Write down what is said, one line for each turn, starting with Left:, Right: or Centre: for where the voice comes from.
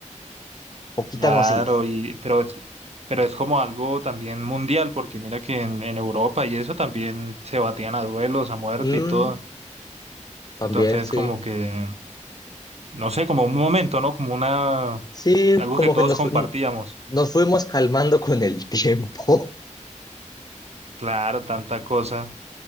Left: Poquita
Right: Claro,
Left: no ha sido.
Right: y... Pero es, pero es como algo también mundial, porque mira que en, en Europa y eso también se batían a duelos, a muerte
Left: Mm,
Right: y todo.
Left: también,
Right: Entonces,
Left: sí.
Right: como que, no sé, como un momento, ¿no? Como una...
Left: Sí,
Right: algo
Left: como
Right: que todos
Left: que nos,
Right: compartíamos.
Left: fu- nos fuimos calmando con el tiempo.
Right: Claro, tanta cosa.